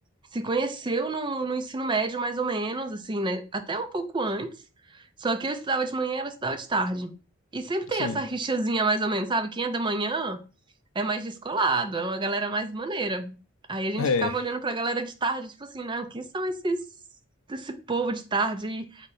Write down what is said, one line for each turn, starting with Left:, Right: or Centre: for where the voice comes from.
Right: se conheceu no, no ensino médio, mais ou menos, assim, né? Até um pouco antes. Só que eu estudava de manhã e ela estudava de tarde. E sempre tem
Left: sim.
Right: essa rixazinha, mais ou menos, sabe? Quem é da manhã é mais descolado, é uma galera mais maneira. Aí a gente
Left: <laughs> É.
Right: ficava olhando pra galera de tarde, tipo assim, não, quem são esses, esse povo de tarde? aí?"